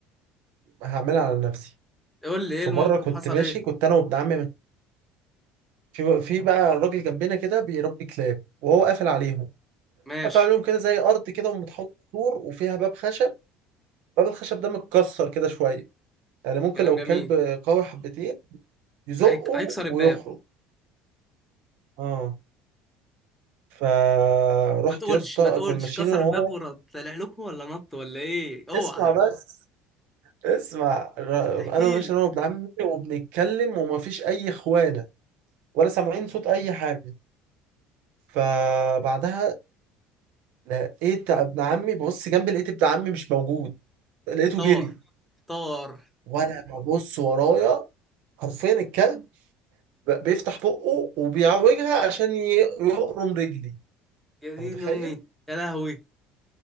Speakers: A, on the right; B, in the centre.
A: هعملها على نفسي
B: قول لي ايه
A: في
B: الموقف
A: مره كنت
B: حصل
A: ماشي
B: ايه
A: كنت انا وابن عمي في في بقى راجل جنبنا كده بيربي كلاب وهو قافل عليهم
B: ماشي
A: قافل عليهم كده زي ارض كده ومتحوط سور وفيها باب خشب باب الخشب ده متكسر كده شويه يعني ممكن
B: كلام
A: لو الكلب
B: جميل
A: قوي حبتين يزقه
B: هيك هيكسر الباب
A: ويخرج اه فرحت
B: ما تقولش
A: يا اسطى
B: ما تقولش
A: كنا ماشيين
B: كسر
A: انا وهو
B: الباب ورد طلع لكم ولا نط ولا ايه اوعى
A: اسمع بس اسمع ر-
B: احكي
A: انا ماشي
B: لي
A: انا وابن عمي وبنتكلم ومفيش اي اخوانه ولا سامعين صوت اي حاجه فبعدها لقيت ابن عمي ببص جنبي لقيت ابن عمي مش موجود لقيته
B: طار
A: جري
B: طار
A: وانا ببص ورايا حرفيا الكلب بيفتح بقه وبيعوجها عشان ي- يقرم رجلي
B: يا دين
A: انت متخيل
B: امي يا لهوي